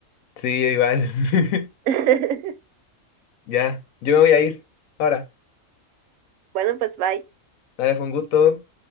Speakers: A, on the left (about 90°); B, on the right (about 75°).
A: Sí, igual. <laughs>
B: <laughs>
A: Ya, yo me voy a ir. Ahora,
B: Bueno, pues bye.
A: nada, fue un gusto.